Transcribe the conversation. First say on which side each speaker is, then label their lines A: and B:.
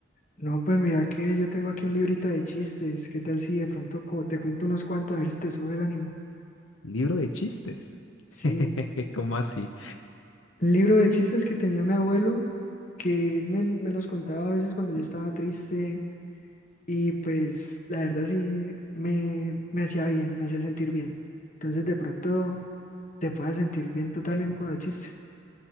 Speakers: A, on the left; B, on the left.
A: No, pues mira que yo tengo aquí un librito de chistes. ¿Qué tal si de pronto co- te cuento unos cuantos a ver si te sube el ánimo?
B: Libro de chistes.
A: Sí,
B: <laughs> ¿Cómo así?
A: un libro de chistes que tenía mi abuelo, que él me, me los contaba a veces cuando yo estaba triste y pues la verdad sí me, me hacía bien, me hacía sentir bien. Entonces de pronto te puedas sentir bien tú también
B: Eh,
A: con los chistes.